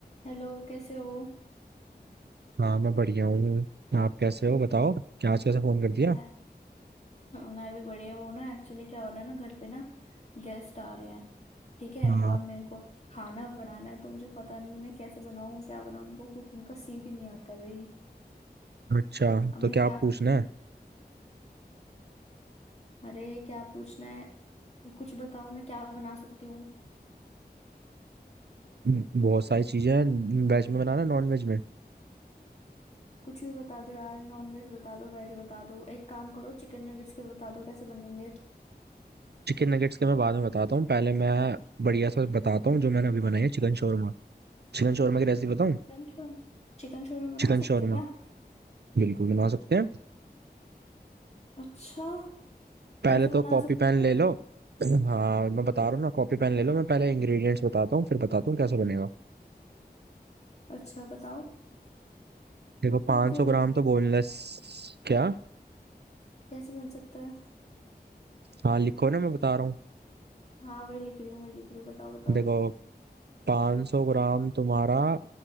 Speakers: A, on the left (about 40°); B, on the right (about 75°).
A: Hello कैसे हो
B: हाँ मैं बढ़िया हूँ आप कैसे हो बताओ क्या आज कैसे फोन कर दिया
A: मैं मैं भी बढ़िया हूँ ना एक्चुअली क्या हो रहा है ना घर पे ना गेस्ट आ रहे हैं ठीक है
B: हाँ
A: और मेरे को खाना बनाना है तो मुझे पता नहीं मैं कैसे बनाऊँ क्या बनाऊँ मेरे को कुकिंग का सी भी नहीं आता भाई
B: अच्छा
A: अब मैं
B: तो क्या
A: क्या
B: आप
A: करूँ
B: पूछना है
A: अरे क्या पूछना है तो कुछ बताओ मैं क्या बना सकती हूँ
B: हम्म, बहुत सारी चीजें हैं वेज में बनाना नॉन वेज में
A: कुछ भी बता दो यार नॉन वेज बता दो वेज बता दो एक काम करो चिकन नगेट्स के बता दो कैसे बनेंगे
B: चिकन नगेट्स के मैं बाद में बताता हूँ पहले मैं बढ़िया सा बताता हूँ जो मैंने अभी बनाई है चिकन शोरमा चिकन शोरमा की रेसिपी बताऊँ
A: Chicken shawarma चिकन शोरमा
B: चिकन
A: बना सकते
B: शोरमा
A: क्या
B: बिल्कुल बना सकते हैं
A: अच्छा
B: पहले
A: कैसे बना
B: तो कॉपी
A: सकते
B: पैन
A: हो
B: ले लो हाँ मैं बता रहा हूँ ना कॉपी पैन ले लो मैं पहले इंग्रेडिएंट्स बताता हूँ फिर बताता हूँ कैसे बनेगा
A: अच्छा बताओ
B: देखो 500
A: यार तो
B: ग्राम तो बोनलेस क्या
A: कैसे बन सकता है
B: हाँ लिखो ना मैं बता रहा हूँ
A: हाँ वही लिख रही हूँ वही लिख रही हूँ बताओ बताओ
B: देखो पाँच सौ ग्राम तुम्हारा